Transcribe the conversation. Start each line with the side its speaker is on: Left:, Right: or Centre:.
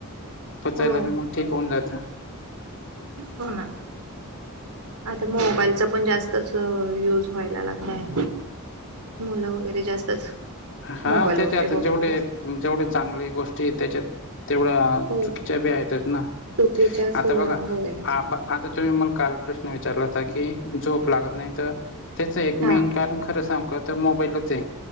Left: पचायला
Right: हो
Left: बी मग ठीक होऊन जातं.
Right: हो ना. आता मोबाईलचा पण जास्तच युज व्हायला लागलाय. मुलं वगैरे जास्तच
Left: हा
Right: मोबाईल
Left: त्याच्यात
Right: वगैरे बघत
Left: जेवढे
Right: बसतात
Left: जेवढे चांगले गोष्टी त्याच्यात तेवढा
Right: हो
Left: चुकीच्या बी आहेतच ना
Right: चुकीच्याच
Left: आता
Right: होय
Left: बघा आपा आता तुम्ही मग काल प्रश्न विचारला होता की झोप लागत नाही तर त्याचं एक मेन
Right: हा
Left: कारण खरं सागूं तर मोबाईलच आहे.